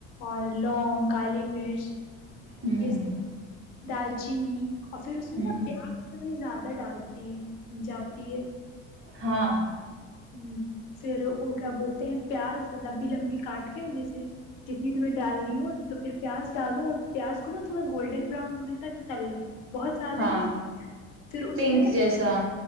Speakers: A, on the left (about 70°); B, on the right (about 40°).
A: اور لونگ کالی مرچ
B: ہوں
A: جی سر دال چینی اور پھر اس میں
B: ہوں
A: نا پیاز ا سے توی زیادہ ڈال جاتی ہے
B: ہاں
A: ہ پھر وہ کیا بولتے ہیں پیاز لمبی لمبی کاٹ کے جیسے جتنی تمہیں ڈالنی ہو تو پھر پیاز ڈال دو اور پیاز کو نا تھوڑا گولڈن براؤن ہونے تک تل لو بہت زیادہ
B: ہاں
A: نہیں پھر اس
B: پنک
A: میں نا
B: جیسا